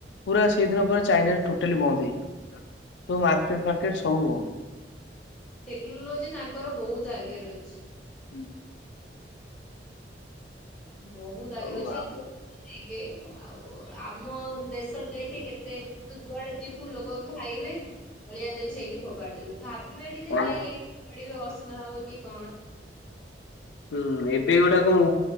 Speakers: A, on the left; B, in the centre.
A: ପୁରା ସେଇଦିନ ପରା ଚାଇନା ଟୋଟାଲି ବନ୍ଦ ହେଇ <inaudible> ସବୁ ମାର୍କେଟ ଫାର୍କେଟ ସବୁ ବନ୍ଦ।
B: ଟେକ୍ନୋଲୋଜି ତାଙ୍କର ବହୁତ ଆଗରେ ଅଛି।
A: ହୁଁ।
B: ବହୁତ ଆଗରେ
A: ଆଉ
B: ଅଛି।
A: ଆମର
B: <inaudible> ଆଉ ଆମ ଦେଶ ଯିଏକି କେତେ ଯୁଆଡେ ଯିବୁ, ଲୋକ ଖାଇବେ। ଅଳିଆ ଜରି ସେଇଠି ଫୋପାଡି ଦେବେ। ଭାବିବେନି ଯେ
A: କଣ
B: ନାହିଁ, <inaudible> ଅସନା ହବ କି କଣ।
A: ହୁଁ, ଏବେ ଗୋଟା କଣ